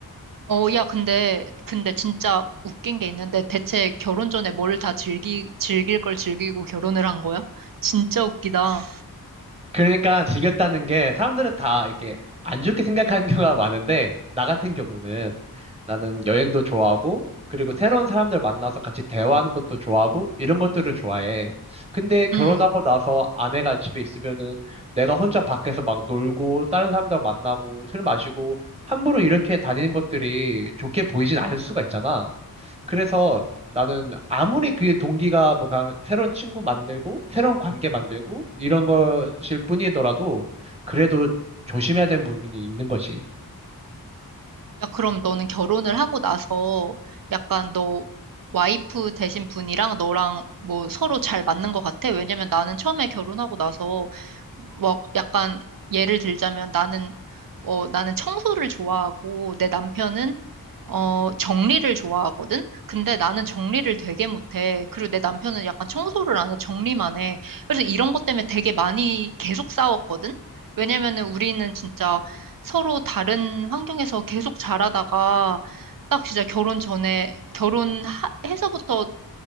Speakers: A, on the right; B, on the right.
A: 어, 야, 근데, 근데 진짜 웃긴 게 있는데 대체 결혼 전에 뭘 다 즐기, 즐길 걸 즐기고 결혼을 한 거야? 진짜 웃기다.
B: 그러니까 지겼다는 게 사람들은 다 이렇게 안 좋게 생각하는 <laughs> 경우가 많은데 나 같은 경우는 나는 여행도 좋아하고 그리고 새로운 사람들 만나서 같이 대화하는 것도 좋아하고 이런 것들을 좋아해. 근데 결혼하고
A: 음.
B: 나서 아내가 집에 있으면은 내가 혼자 밖에서 막 놀고 다른 사람들 만나고 술 마시고 함부로 이렇게 다니는 것들이 좋게 보이진 않을 수가 있잖아. 그래서 나는 아무리 그 동기가 뭐 가- 새로운 친구 만들고 새로운 관계 만들고 이런 것일 뿐이더라도 그래도 조심해야 되는 부분이 있는 것이
A: 야, 그럼 너는 결혼을 하고 나서 약간 너 와이프 되신 분이랑 너랑 뭐 서로 잘 맞는 것 같아? 왜냐면 나는 처음에 결혼하고 나서 막 약간 예를 들자면 나는 어 나는 청소를 좋아하고 내 남편은 어 정리를 좋아하거든. 근데 나는 정리를 되게 못해. 그리고 내 남편은 약간 청소를 안 해, 정리만 해. 그래서 이런 것 때문에 되게 많이 계속 싸웠거든. 왜냐면은 우리는 진짜 서로 다른 환경에서 계속 자라다가 딱 진짜 결혼 전에 결혼해서부터